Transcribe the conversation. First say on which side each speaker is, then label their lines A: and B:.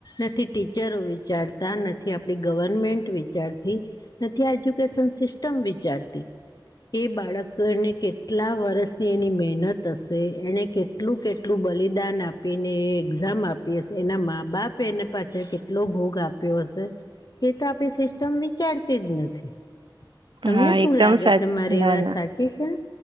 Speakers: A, on the left (about 55°); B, on the right (about 85°).
A: નથી ટીચરો વિચારતા નથી આપડી ગવર્મેન્ટ વિચારતી. નથી એજ્યુકેશન સિસ્ટમ વિચારતી.
B: હ <inaudible>
A: એ બાળક તો એને કેટ આ વર્ષની એની મહેનત હશે એને કેટલું કેટલું બલિદાન આપીને એ એક્ઝામ આપી હશે એના મા બાપ એને પાસે કેટલો ભોગ આપ્યો હશે. એ તો આપણી સિસ્ટમ વિચારતી જ નથી. તમને
B: હા
A: શું
B: એકદમ
A: લાગે
B: સાચ
A: છે મારી
B: ના
A: વાત
B: ના
A: સાચી છે.